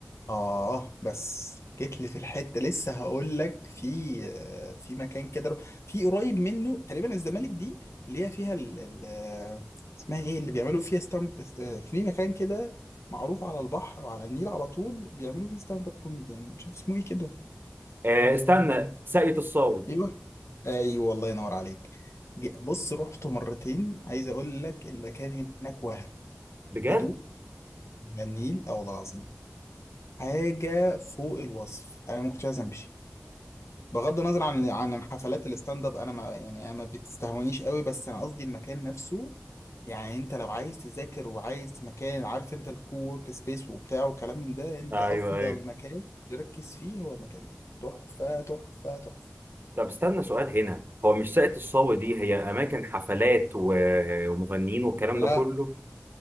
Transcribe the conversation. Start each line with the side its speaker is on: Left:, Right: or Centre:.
Left: آه بس جيت لي في الحتة لسه هقول لك في آه، في مكان كده في قريب منه تقريبا الزمالك دي اللي هي فيها ال ال آه، اسمها ايه اللي بيعملوا فيها ستاند في مكان كده معروف على البحر وعلى النيل على طول بيعملوا فيه ستاند اب كوميديان مش عارف اسمه ايه كده
Right: آه،
Left: آه،
Right: استنى ساقية الصاوي
Left: ايوه ايوه الله ينور عليك ج- بص رحته مرتين عايز اقول لك المكان هناك وهم
Right: بجد؟
Left: هدوء على النيل او العظيم حاجة فوق الوصف انا ما كنتش عايز امشي بغض النظر عن عن حفلات الستاند اب انا ما يعني أنا ما بتستهونيش قوي بس انا قصدي المكان نفسه يعني انت لو عايز تذاكر وعايز مكان عارف انت الكوورك سبيس وبتاع وكلام من ده انت
Right: ايوه
Left: افضل
Right: ايوه
Left: مكان تركز فيه هو المكان ده تحفة تحفة تحفة
Right: طب استنى سؤال هنا هو مش ساقية الصاوي دي هي أماكن حفلات و- ومغنيين والكلام
Left: لا
Right: ده كله